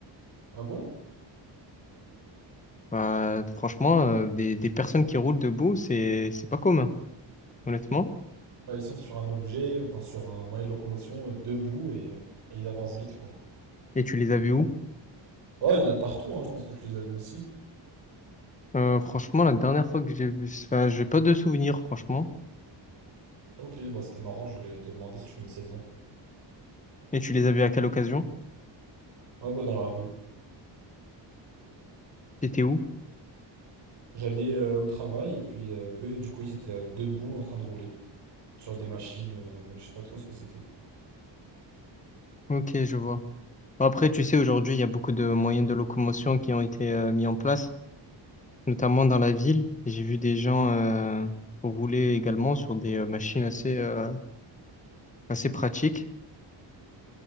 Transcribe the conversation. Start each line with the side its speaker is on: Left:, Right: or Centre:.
Right: Ah bon?
Left: Bah, franchement, euh, des, des personnes qui roulent debout, c'est c'est pas commun, honnêtement.
Right: Ouais, ils sont sur un objet, enfin sur un moyen de locomotion, euh, debout et, et ils avancent vite, quoi.
Left: Et tu les as vues où?
Right: Oh, il y en a de partout, hein, je pense que tu les as vus aussi.
Left: Euh, franchement, la dernière fois que j'ai vu, enfin, j'ai pas de souvenirs, franchement.
Right: Ok, bah c'était marrant, je voulais te demander si tu connaissais le nom.
Left: Et tu les as vues à quelle occasion?
Right: Ah bah dans la rue.
Left: C'était où?
Right: J'allais euh, au travail et puis euh, eux, du coup, ils étaient euh, debout en train de rouler sur des machines, euh, mais je sais pas trop ce que c'était.
Left: Ok, je vois. Bah, Après, tu sais, aujourd'hui, il y a beaucoup de moyens de locomotion qui ont été euh, mis en place, notamment dans la ville. J'ai vu des gens euh, rouler également sur des euh, machines assez euh, assez pratiques.